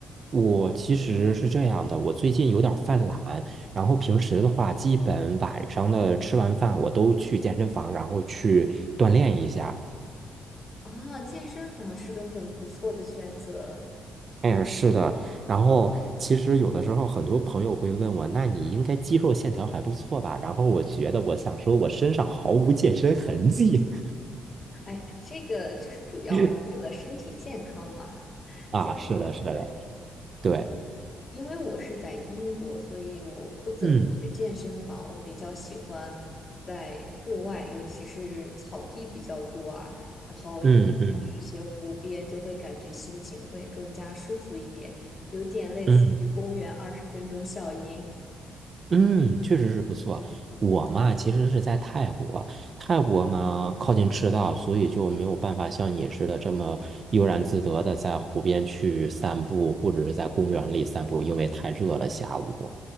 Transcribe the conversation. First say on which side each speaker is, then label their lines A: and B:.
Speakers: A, on the right (about 45°); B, on the left (about 35°).
A: 我其实是这样的，我最近有点儿犯懒，然后平时的话，基本晚上的吃完饭，我都去健身房，然后去锻炼一下。
B: 啊，健身房是个很不错的选择。
A: 哎，是的，然后其实有的时候很多朋友会问我，那你应该肌肉线条还不错吧？然后我觉得我想说，我身上毫无健身痕迹。
B: 哎呀，这个就是主要为了身体健康嘛，
A: <laughs> 啊，
B: 健身。
A: 是的，是的，
B: 对，
A: 对，
B: 因为我是在英国，所以我不怎么去健身房，
A: 嗯
B: 我比较喜欢在户外，尤其是草地比较多啊，然后有还有一些湖边，
A: 嗯嗯
B: 就会感觉心情会更加舒服一点，有点类似于公园二十分钟效应。
A: 嗯嗯，确实是不错。我嘛，其实是在泰国，泰国嘛靠近赤道，所以就没有办法像你似的这么悠然自得的在湖边去散步，或者是在公园里散步，因为太热了，下午。